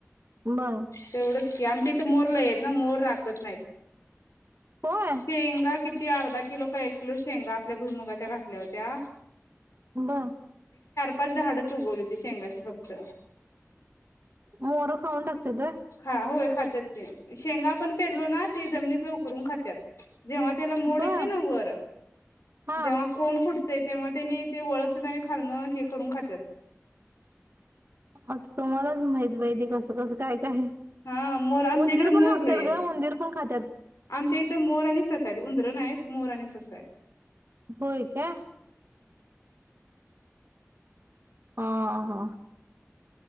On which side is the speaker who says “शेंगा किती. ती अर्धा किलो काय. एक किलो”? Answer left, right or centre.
Left